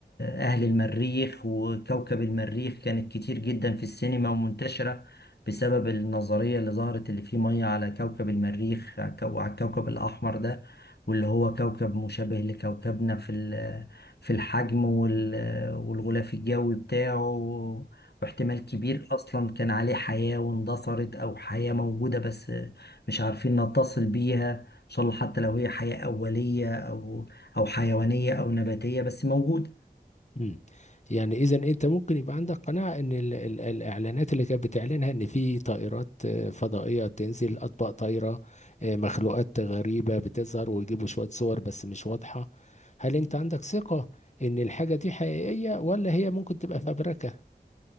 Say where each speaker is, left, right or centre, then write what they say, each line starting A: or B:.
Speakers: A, on the left; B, on the left.
A: أهل المريخ وكوكب المريخ كانت كتير جدا في السينما ومنتشرة بسبب النظرية اللي ظهرت اللي فيه مية على كوكب المريخ وعلى الكوكب الأحمر ده واللي هو كوكب مشابه لكوكبنا في ال- في الحجم وال- والغلاف الجوي بتاعه واحتمال كبير أصلا كان عليه حياة واندثرت أو حياة موجودة بس مش عارفين نتصل بيها إن شاء الله حتى لو هي حياة أولية أو او حيوانيه او نباتيه بس موجوده
B: مم. يعني اذا انت ممكن يبقى عندك قناعه ان ال ال الاعلانات اللي كانت بتعلنها ان في طائرات آه، فضائيه تنزل اطباق طايره آه، مخلوقات غريبه بتظهر ويجيبوا شويه صور بس مش واضحه هل انت عندك ثقه ان الحاجه دي حقيقيه ولا هي ممكن تبقى فبركه